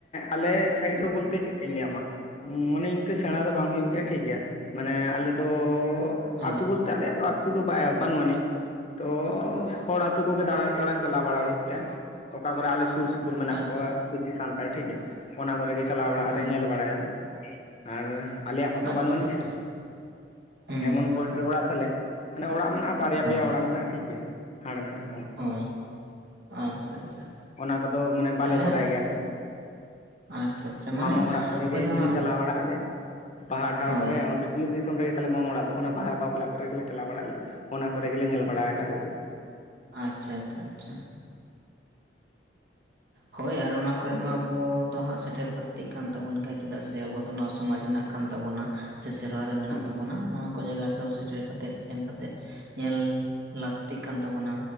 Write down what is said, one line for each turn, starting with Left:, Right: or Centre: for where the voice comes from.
Left: ᱟᱞᱮ ᱥᱟᱭᱤᱰ ᱨᱮ ᱵᱚᱞᱛᱮ ᱪᱮᱜ ᱠᱟᱧ ᱞᱟᱹᱭᱟᱢᱟ᱾ ᱢᱟᱱᱮ ᱤᱱᱠᱟᱹ ᱥᱮᱬᱟ ᱫᱚ ᱵᱟᱝ ᱦᱩᱭᱩᱜ ᱜᱮᱭᱟ ᱴᱷᱤᱠᱜᱮᱭᱟ᱾ ᱢᱟᱱᱮ ᱟᱞᱮ ᱫᱚ
Right: ᱦᱳᱭ
Left: ᱟᱛᱩ ᱵᱚᱞᱛᱮ ᱟᱞᱮᱭᱟᱜ ᱫᱚ ᱟᱛᱩ ᱫᱚ ᱵᱟᱭ ᱵᱟᱹᱱᱩᱜ ᱟᱹᱱᱤᱡ᱾ ᱛᱚ ᱦᱚᱲ ᱟᱹᱛᱩ ᱠᱚᱜᱮ ᱫᱟᱬᱟᱱ ᱛᱟᱬᱟᱱ ᱪᱟᱞᱟᱣ ᱵᱟᱲᱟ ᱦᱩᱭᱩᱜ ᱜᱮᱭᱟ᱾ ᱚᱠᱟ ᱠᱚᱨᱮ ᱟᱞᱮ ᱥᱩᱨ ᱥᱩᱯᱩᱨ ᱯᱩᱨ ᱢᱮᱱᱟᱜ
Right: ᱟᱪᱪᱷᱟ
Left: ᱠᱚᱣᱟ ᱵᱮᱥᱤ ᱥᱟᱱᱛᱟᱲ ᱴᱷᱤᱠ ᱜᱮᱭᱟ ᱚᱱᱟ ᱠᱚ ᱨᱮᱜᱮ ᱪᱟᱞᱟᱣ ᱵᱟᱲᱟᱜ
Right: ᱦᱳᱭ
Left: ᱟᱞᱮ ᱧᱮᱞ ᱵᱟᱲᱟᱭᱟᱞᱮ᱾ ᱟᱨ ᱟᱞᱮᱭᱟᱜ ᱢᱟᱛᱚ
Right: ᱟᱪᱪᱷᱟ
Left: ᱵᱟᱹᱱᱩᱜ ᱟᱹᱱᱤᱡ
Right: ᱟᱪᱪᱷᱟ
Left: ᱥᱮ᱾
Right: ᱦᱩᱸ
Left: ᱮᱢᱚᱱ ᱯᱚᱭᱮᱱᱴ ᱨᱮ ᱚᱲᱟᱜ ᱛᱟᱞᱮ ᱢᱟᱱᱮ ᱚᱲᱟᱜ ᱢᱮᱱᱟᱜ-ᱟ ᱵᱟᱨᱭᱟ
Right: ᱦᱳᱭ
Left: ᱯᱮᱭᱟ ᱚᱲᱟᱜ ᱢᱮᱱᱟᱜ-ᱟ᱾ ᱴᱷᱤᱠ ᱜᱮᱭᱟ ᱦᱟᱸᱰᱮ ᱱᱟᱰᱮ
Right: ᱦᱳᱭ ᱟᱪᱪᱷᱟ ᱟᱪᱪᱷᱟ
Left: ᱚᱱᱟ ᱠᱚᱫᱚ ᱢᱟᱱᱮ ᱵᱟᱞᱮ
Right: ᱛᱟᱦᱚᱞᱮ
Left: ᱠᱚᱨᱟᱭ ᱜᱮᱭᱟᱞᱮ᱾
Right: ᱟᱪᱪᱷᱟ ᱟᱪᱪᱷᱟ ᱢᱟᱱᱮ
Left: ᱢᱟᱢᱟ ᱚᱲᱟᱜ ᱠᱚᱨᱮ
Right: ᱟᱯᱮ
Left: ᱜᱮ
Right: ᱫᱚ ᱦᱟᱸᱜ
Left: ᱡᱩᱫᱤ ᱪᱟᱞᱟᱣ ᱵᱟᱲᱟᱜ-ᱟᱞᱮ ᱵᱟᱦᱟ ᱰᱟᱦᱟ
Right: ᱦᱳᱭ
Left: ᱠᱚᱨᱮ ᱚᱱᱛᱮ ᱵᱤᱨ ᱫᱤᱥᱚᱢ ᱨᱮᱜᱮ ᱛᱟᱞᱮ ᱢᱟᱢᱚ ᱚᱲᱟᱜ ᱫᱚ᱾ ᱚᱱᱟ ᱵᱟᱦᱟ ᱵᱟᱯᱞᱟ ᱠᱚᱨᱮ ᱜᱮᱞᱮ ᱪᱟᱞᱟᱣ ᱵᱟᱲᱟᱜ ᱞᱮ ᱚᱱᱟ ᱠᱚᱨᱮ ᱜᱮᱞᱮ ᱧᱮᱞ ᱵᱟᱲᱟ ᱟᱠᱟᱫ-ᱟ᱾ ᱦᱩᱭ ᱪᱮᱫ
Right: ᱟᱪᱪᱷᱟ ᱟᱪᱪᱷᱟ ᱟᱪᱪᱷᱟ᱾
Left: <inaudible>
Right: ᱦᱳᱭ ᱟᱨ ᱚᱱᱟ ᱠᱚᱨᱮᱜ ᱢᱟ ᱟᱵᱚ ᱫᱚ ᱦᱟᱸᱜ ᱥᱮᱴᱮᱨ ᱞᱟᱹᱠᱛᱤᱜ ᱠᱟᱱ ᱛᱟᱵᱚᱱ ᱜᱮᱭᱟ᱾ ᱪᱮᱫᱟᱜ ᱥᱮ ᱟᱵᱚᱣᱟᱜ ᱫᱚ ᱱᱚᱣᱟ ᱥᱚᱢᱟᱡᱽ ᱨᱮᱱᱟᱜ ᱠᱟᱱ ᱛᱟᱵᱚᱱᱟ ᱥᱮ ᱥᱮᱨᱣᱟ ᱨᱮ ᱢᱮᱱᱟᱜ
Left: ᱦᱮᱸ
Right: ᱛᱟᱵᱚᱱᱟ᱾ ᱚᱱᱟ ᱠᱚ ᱡᱟᱭᱜᱟ ᱨᱮᱫᱚ ᱥᱮᱴᱮᱨ ᱠᱟᱛᱮᱫ ᱥᱮᱱ ᱠᱟᱛᱮᱫ ᱧᱮᱞ ᱞᱟᱹᱠᱛᱤᱜ ᱠᱟᱱ ᱛᱟᱵᱳᱱᱟ᱾